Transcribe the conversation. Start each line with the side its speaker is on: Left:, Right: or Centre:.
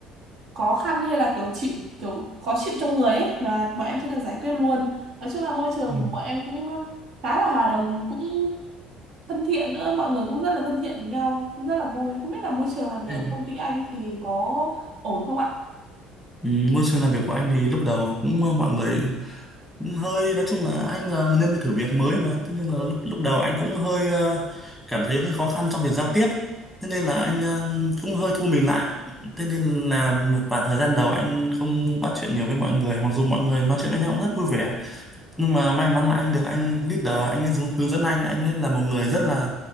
Right: khó khăn hay là kiểu chịu kiểu khó chịu trong người ấy mà bọn em sẽ được giải quyết luôn nói chung là môi trường
Centre: ừ,
Right: của bọn em cũng khá là hòa đồng cũng thân thiện nữa mọi người cũng rất là thân thiện với nhau cũng rất là vui không biết là môi trường làm việc
Centre: ừ.
Right: ở công ty anh thì có ổn không ạ
Centre: Ừ, môi trường làm việc của anh thì lúc đầu cũng ờ, mọi người cũng hơi nói chung là anh là nên phải thử việc mới mà thế nên là lúc lúc đầu anh cũng hơi ờ, cảm thấy hơi khó khăn trong việc giao tiếp thế nên là anh ờ, cũng hơi thu mình lại thế nên là một vài thời gian đầu anh không bắt chuyện nhiều với mọi người mặc dù mọi người nói chuyện với nhau cũng rất vui vẻ nhưng mà may mắn là anh được anh leader anh ấy hướng hướng dẫn anh anh ấy là một người rất là